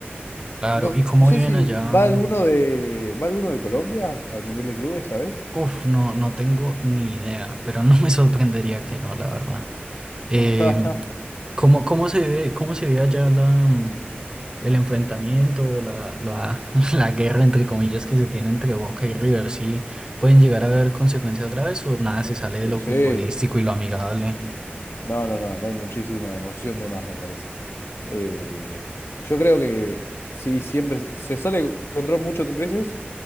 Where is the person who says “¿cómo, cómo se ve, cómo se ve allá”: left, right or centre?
Right